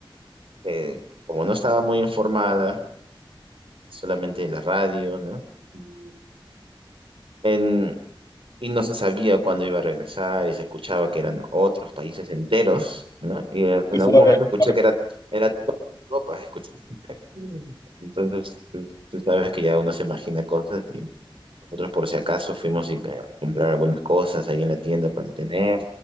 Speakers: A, on the right; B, on the left.
A: eh, como no estaba muy informada, solamente en la radio, ¿no? Mm. En, y no se sabía cuándo iba a regresar, y se escuchaba que eran otros países enteros, ¿no? Y eh, en
B: sí
A: algún
B: fue,
A: momento escuché
B: bueno,
A: que era, era toda Europa, Mm. Entonces, tú, tú sabes que ya uno se imagina cosas y nosotros por si acaso fuimos y, eh, a comprar algunas cosas ahí en la tienda para tener,